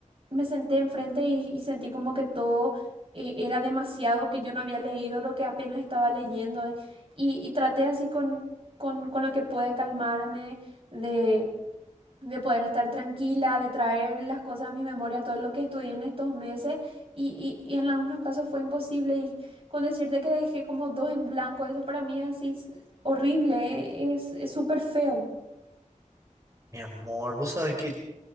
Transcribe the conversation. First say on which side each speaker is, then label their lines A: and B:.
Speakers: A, on the right; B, on the right.
A: me senté enfrente y, y sentí como que todo eh, era demasiado, que yo no había leído lo que apenas estaba leyendo y, y traté así con, con, con lo que pude calmarme de de poder estar tranquila, de traer las cosas a mi memoria, todo lo que estudié en estos meses y, y, y en algunos casos fue imposible y con decirte que dejé como dos en blanco, eso para mí es así es horrible, es es súper feo.
B: Mi amor, vos sabés que